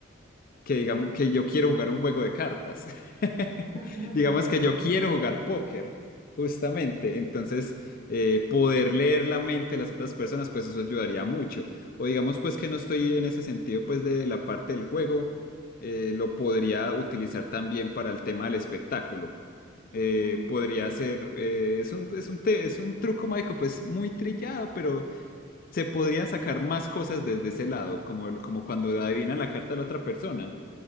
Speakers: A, on the left (about 40°); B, on the right (about 20°).
A: que digamos que yo quiero jugar un juego de cartas. <laughs>
B: <laughs>
A: Digamos que
B: Ok.
A: yo quiero jugar póker, justamente. Entonces, eh, poder leer la mente de las otras personas, pues eso ayudaría mucho. O digamos pues que no estoy en ese sentido pues de la parte del juego, eh, lo podría utilizar también para el tema del espectáculo. Eh,
B: Mm,
A: podría ser, eh, es un, es un, te- es un truco mágico pues muy trillado, pero se podrían sacar más cosas desde ese lado, como, el- como cuando adivinan la carta de la otra persona